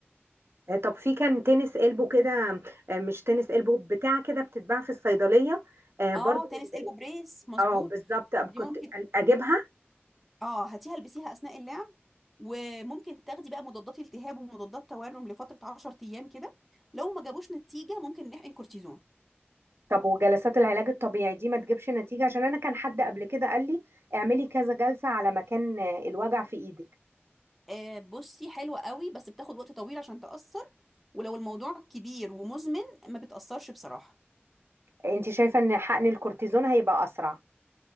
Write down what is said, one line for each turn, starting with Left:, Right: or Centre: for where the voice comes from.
Right: آه طب في كان تنس قلبه كده آه مش تنس قلبه بتاع كده بتتباع في الصيدليه آه
Centre: اه
Right: برضو
Centre: تنس البو بريس مظبوط
Right: اه آه، بالظبط آه، كنت
Centre: دي ممكن
Right: اجيبها
Centre: اه هاتيها البسيها اثناء اللعب وممكن تاخدي بقى مضادات التهاب ومضادات تورم لفتره 10 ايام كده لو ما جابوش نتيجه ممكن نحقن كورتيزون
Right: طب وجلسات العلاج الطبيعي دي ما تجيبش نتيجة عشان انا كان حد قبل كده قال لي اعملي كذا جلسة على مكان آه، الوجع في ايدك
Centre: آه بصي حلوه قوي بس بتاخد وقت طويل عشان تاثر ولو الموضوع كبير ومزمن ما بتاثرش بصراحه
Right: انت شايفة ان حقن الكورتيزون هيبقى اسرع